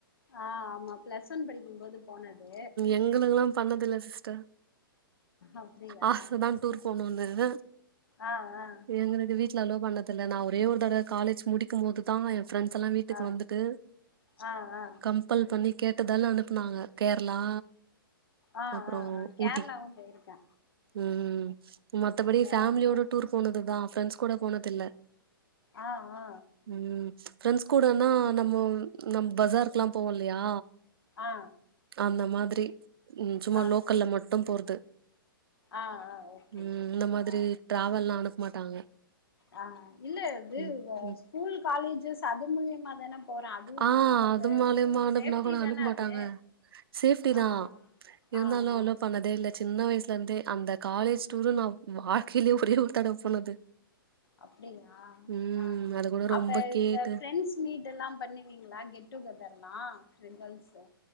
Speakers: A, on the left; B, on the right.
A: ஆ ஆமா பிளஸ் ஒன் படிக்கும்போது போனது
B: எங்களுக்கல்லா பண்ணதில்ல சிஸ் டர்
A: அப்டியா
B: ஆசதா டூர் போனுனு
A: ஆ ஆ
B: எங்களுக்கு வீட்ல அலோ பண்ணதில்ல நா ஒரே ஒரு தடவ காலேஜ் முடிக்கும் போது தா எ ஃபிரண்ட்ஸ் எல்லா வீட்டுக்கு
A: ஆ
B: வந்துட்டு
A: ஆ ஆ
B: கம் கம்பல் பண்ணி கேட்டதால்ல அனுப்புனாங்க கேரளா
A: ஆ
B: அப்புற
A: ஆ ஆ கேரளாவு
B: ஊட்டி
A: போயிருக்கே
B: ம் மத்தபடி
A: கேரளா
B: ஃபேமிலியோட டூர் போனதுதா ஃப்ரெண்ட்ஸ் கூட போனதுல்ல
A: ஆ ஆ
B: ம் ஃப்ரெண்ட்ஸ் கூடனா நம்ம நம் பசாருக்குல்லா போவோ இல்லையா
A: ஆ
B: அந்த மாதிரி ம் சும்மா
A: ஆ
B: லோக்கல்ல மட்டும் போறது
A: ஆ ஆ ஓகே
B: ம் இந்த மாதிரி
A: ஆ
B: ட்ராவல்லா அனுப்ப மாட்டாங்க
A: ஆ இல்ல இது
B: ம் ம்
A: ஸ்கூல் காலேஜஸ் அது மூலியமாதான போற அது ஒண்ணு
B: ஆ
A: நமக்கு
B: அது மூலியமா அனுப்புனா
A: சேஃப்டி
B: கூட அனுப்ப
A: தான
B: மாட்டாங்க
A: அது
B: சேஃப்டி தா
A: ஆ
B: இருந்தாலு
A: ஆ ஆ
B: அலோ பண்ணதே இல்ல சின்ன வயசுல இருந்தே அந்த காலேஜ் டூரு நா வாழ்க்கையிலயே ஒரே ஒரு தடவ போனது
A: அப்டியா
B: ம்
A: ஆ
B: அது கூட
A: அப்ப
B: ரொம்ப கேட்டு
A: இந்த ஃப்ரெண்ட்ஸ் மீட் எல்லா பண்ணுவீங்களா கெட் டுகெதர்லா சிங்கல்ஸ்ஸு